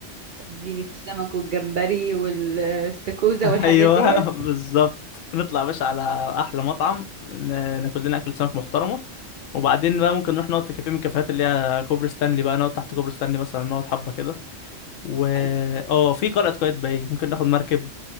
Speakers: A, on the right; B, on the left.
A: اديني في السمك والجمبري والاستاكوزا والحاجات
B: ايوه
A: ديت
B: <laughs> بالظبط نطلع يا باشا على احلى مطعم ن- ناكل لنا اكل سمك محترمه وبعدين بقى ممكن نروح نقعد في كافيه من الكافيهات اللي هي كوبري ستانلي بقى نقعد تحت كوبري ستانلي مثلا نقعد حبه كده و
A: حلو
B: اه في قلعه قايتباي ممكن ناخد مركب